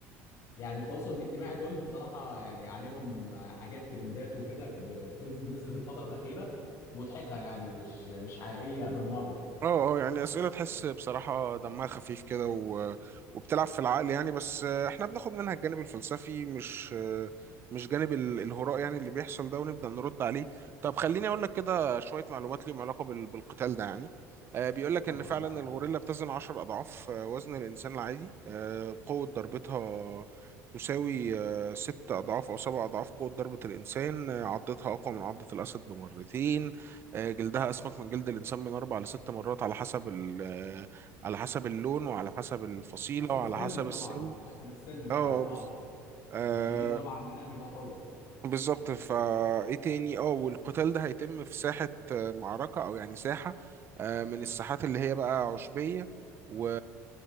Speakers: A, on the left; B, on the right.
A: يعني التواصل الاجتماعي دول بصراحة يعني عليهم حاجات ترندات وكده ب- بتنزل نزلت الفترة الأخيرة مضحكة يعني مش مش حقيقية بالمرة
B: اه اه يعني اسئله تحس بصراحه دمها خفيف كده و... وبتلعب في العقل يعني بس آه، احنا بناخد منها الجانب الفلسفي مش آه، مش جانب ال- الهراء يعني اللي بيحصل ده ونبدا نرد عليه طب خليني اقول لك كده شويه معلومات ليهم علاقه بال... بالقتال ده يعني آه، بيقول لك
A: اتفضل
B: ان فعلا
A: معاك
B: الغوريلا بتزن 10 اضعاف آه، وزن الانسان العادي آه، قوه ضربتها تساوي آه، ست أضعاف أو سبع أضعاف قوة ضربة الإنسان آه، عضتها أقوى من عضة الأسد بمرتين آه، جلدها اسمك من جلد الانسان من اربع لست مرات على حسب ال- آه، على حسب اللون وعلى حسب الفصيله
A: حسب
B: وعلى
A: السن
B: حسب
A: طبعا
B: السن
A: على حسب السن بتاع
B: اه آه،
A: ال- اه
B: بز-
A: آه.
B: آه،
A: الكبير طبعا منها بيبقى قوي
B: بالظبط فايه تاني اه والقتال ده هيتم في ساحه آه، معركه او يعني ساحه آه، من الساحات اللي هي بقى عشبيه و...